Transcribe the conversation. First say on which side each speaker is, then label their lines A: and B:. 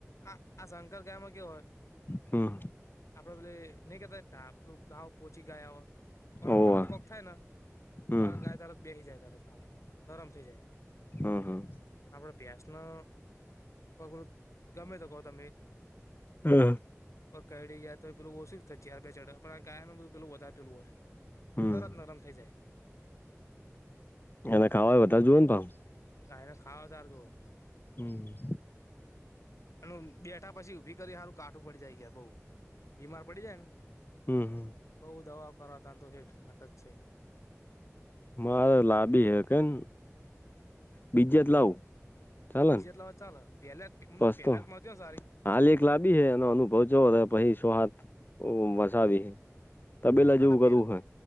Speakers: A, on the left; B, on the left.
A: આ આ શંકર ગાયમાં કેવું હોય
B: હમ
A: આપડે પેલી નઈ કેતા તાપલુ ઘાવ પોચી ગયા હો
B: ઓવા
A: તરત કોક થાય ને
B: હમ
A: તો આ ગાય તરત બેહી જાય તરત હાવ નરમ થઈ જાય.
B: હા હા.
A: આપણે ભેશનો કગરુત ગમે તો કહો તમે
B: હમમ.
A: પકડી ગયા તો પેલું ઓછું જ ચાર બે ચઢ પણ આ ગાયનું બ પેલું વધારે પેલું હોય
B: હમ
A: તરત નરમ થઇ જાય.
B: એને ખાવાય વધારે જોયે ને પાહું.
A: ગાય ને ખાવા વધારે જોહ પાછું.
B: હમમ.
A: એનુ બેઠા પછી ઊભી કરવી હારું કાટું પડી જાય કે બઉ બીમાર પડી જાય ને
B: હમમ હમમ.
A: બઉ દવા કરવા ત તો હેઠ માટે જ છેઈને
B: મારે લાવી હે કેમ બીજે જ લાવું ચાલે
A: આ બીજે
B: ને
A: જ લાવે તો ચાલે પેહલા જ હું
B: પસ
A: તું પેલા
B: તો
A: જ મળતી ને સારી
B: હાલ એક લાબી હે એનો અનુભવ જોવો પછી છ સાત વસાવી. તબેલા
A: ના
B: જેવું
A: ન
B: કરવું
A: પેલા
B: હે